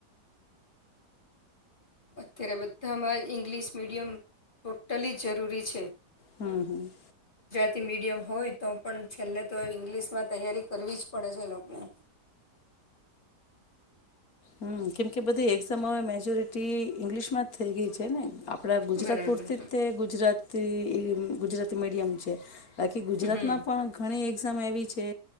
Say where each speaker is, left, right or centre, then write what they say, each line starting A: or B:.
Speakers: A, on the left; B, on the left.
A: અત્યારે બધામાં ઇંગ્લિશ મીડિયમ ટોટલી જરૂરી છે.
B: હમ્મ.
A: તી મીડિયમ હોય તો પણ છેલ્લે તો ઇંગ્લિશ માં તૈયારી કરવી જ પડે છે એ લોકોને.
B: હમ્મ કેમ કે બધી એક્ઝામ હવે મેજોરિટી ઇંગ્લિશ માં જ થઇ ગઈ છે ને આપ પણા ગુજરાત
A: બરાબર
B: પૂરતી રીતે ગુજરાતી ઈ ગુજરાતી મીડિયમ છે. બાકી ગુજરાત
A: હમ હમ
B: માં પણ ઘણી એક એવી છે